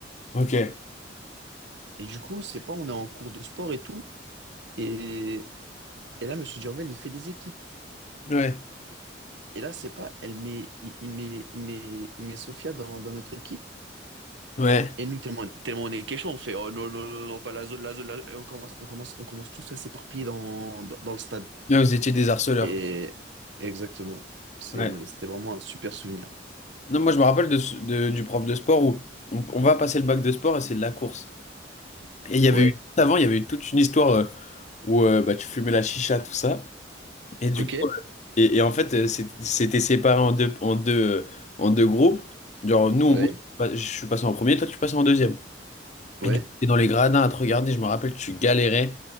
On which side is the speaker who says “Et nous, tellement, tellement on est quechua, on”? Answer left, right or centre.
Right